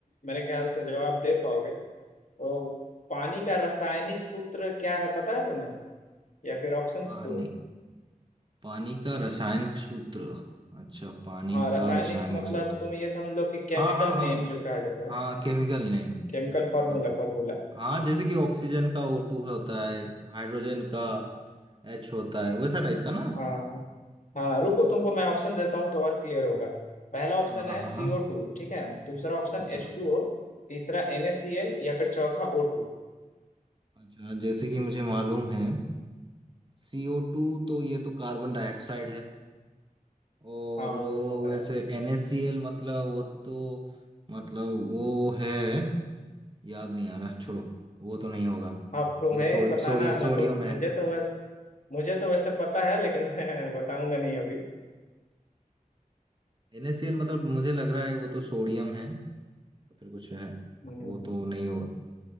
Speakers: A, on the left; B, on the right.
A: मेरे ख्याल से जवाब दे पाओगे तो पानी का रासायनिक सूत्र क्या है पता है तुम्हें या फिर ऑप्शंस
B: पानी
A: दो
B: पानी का रासायनिक सूत्र अच्छा पानी
A: हाँ रासायनिक
B: का रासायनिक
A: से मतलब
B: सूत्र
A: तुम ये समझ लो कि केमिकल
B: हाँ हाँ हाँ
A: नेम जो कहा जाता
B: हाँ
A: है
B: केमिकल नेम
A: Chemical formula
B: हाँ
A: formula
B: हाँ जैसे कि ऑक्सीजन का ओ टू होता है हाइड्रोजन का एच होता है वैसा टाइप का ना
A: हाँ हाँ रुको तुमको मैं ऑप्शन देता हूँ तो और क्लियर होगा पहला ऑप्शन
B: हाँ हाँ
A: है
B: हाँ
A: सीओ
B: हाँ
A: टू ठीक है दूसरा ऑप्शन
B: अच्छा
A: एच टू ओ तीसरा NaCl या फिर चौथा ओ टू
B: अच्छा जैसे कि मुझे मालूम है सीओ टू तो ये तो कार्बन डाइऑक्साइड है और
A: हाँ वो तो है
B: वैसे NaCl मतलब वो तो मतलब वो है याद नहीं आ रहा छोड़ो वो तो नहीं होगा
A: हाँ तुम्हें
B: वो तो सो,
A: ही बताना
B: सोडी
A: है,
B: सोडियम
A: मैं तो
B: है
A: मुझे तो बस मुझे तो वैसे पता है लेकिन <laughs> मैं बताऊंगा नहीं अभी
B: NaCl मतलब मुझे लग रहा है वो तो सोडियम है तो फिर कुछ है
A: हम्म,
B: वो तो नहीं होगा